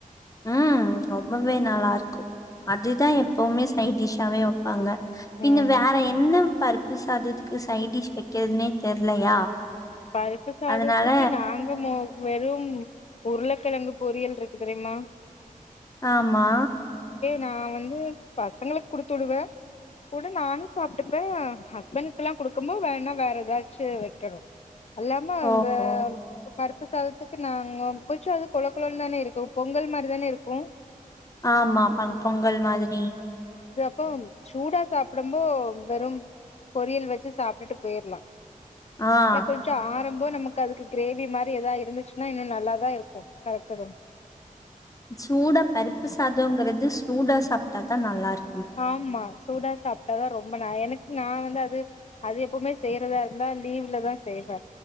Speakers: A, on the left; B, on the left.
A: ஹ ரொம்பவே நல்லா இருக்கும் அதுதான்
B: ஓகே
A: எப்பவுமே சை டிஷ்ஷாவே வப்பாங்க பின்ன
B: ம்
A: வேற என்ன பருப்பு சாதத்துக்கு சைட் டிஷ் வைக்கிறதுனே தெர்லையா
B: பருப்பு சாதத்துக்கு
A: அதனால
B: நாங்க மோஸ் வெறும் உருளைக்கிழங்கு பொறியல் இருக்கு தெரியுமா
A: ஆமா
B: நான் வந்து பசங்களுக்கு குடுத்துடுவேன் கூட நானும் சாப்ட்டுப்பேன் ஹஸ்பண்டக்குலாம் குடுக்கும்ப வேனா வேற ஏதாச்சும் வைக்கணும் அல்லாம அந்த
A: ஓஹோ
B: பருப்பு சாதத்துக்கு நாங்க கொஞ்சோ அது கொல கொலன்னு தான இருக்கும் பொங்கல் மாரிதான இருக்கும்
A: ஆமா பொங்கல் மாதிரி
B: பம் சூடா சாப்டம்போ வெறும் பொரியல் வச்சு சாப்ட்டுட்டு போயிர்லா
A: ஆ
B: கொஞ்சொ ஆறம்போ நமக்கு அதுக்கு கிரேவி மாரி எதா இருந்துச்சுன்னா இன்னு நல்லாதா இருக்கு கரெக்ட்டுதா
A: சூடா பருப்பு சாதங்கிறது சூடா சாப்டா தா நல்லாருக்
B: ஆமா சூடா சாப்டாதா ரொம்ப ந எனக் கு நா வந்து அது அது எப்பவுமே செய்யறதா இருந்தா லீவ்லதா செய்வே